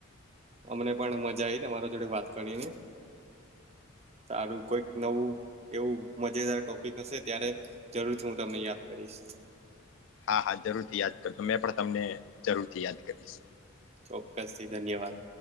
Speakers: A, on the right (about 30°); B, on the left (about 65°).
A: અમને પણ મજા આવી તમારા જોડે વાત કરીને. સારું કોઈક નવું એવું મજેદાર ટોપિક હશે ત્યારે જરૂરથી હું તમને યાદ કરીશ.
B: હા હા જરૂરથી યાદ કરજો મેં પણ તમને જરૂરથી યાદ કરીશ.
A: ચોક્કસથી ધન્યવાદ.